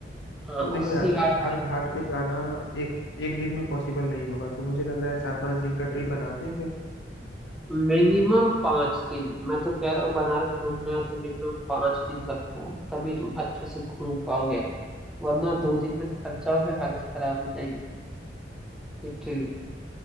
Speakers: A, in the centre; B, on the left.
A: हाँ
B: तो देखो
A: अस्सी
B: यार
A: घाट भाई
B: हर घाट पे जाना एक एक दिन में पॉसिबल नहीं होगा तो मुझे लग रहा है चार पांच दिन का ट्रिप बनाते हैं फिर
A: मिनिमम पांच दिन मैं तो कह रहा हूँ बनारस घूमना है तो मिनिमम पांच दिन रखो तभी तुम अच्छे से घूम पाओगे वरना दो दिन में थक जाओगे हालत खराब हो जाएगी लिटरली